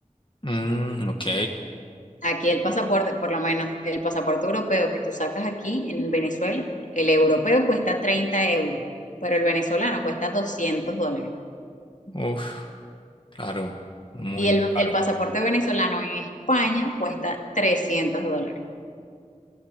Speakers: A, on the left; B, on the left.
A: Mm, ok.
B: Aquí el pasaporte, por lo menos el pasaporte europeo que tú sacas aquí en Venezuela, el europeo cuesta 30 euros, pero el venezolano cuesta 200 dólares.
A: Uf, claro. Muy
B: Y el,
A: claro
B: el pasaporte venezolano en España cuesta 300 dólares.